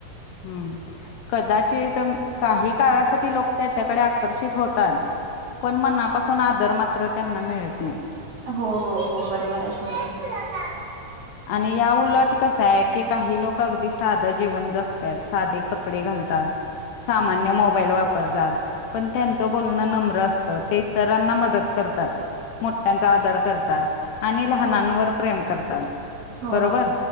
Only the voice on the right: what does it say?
हो हो हो हो बरोबर आहे तुमच
हो
हो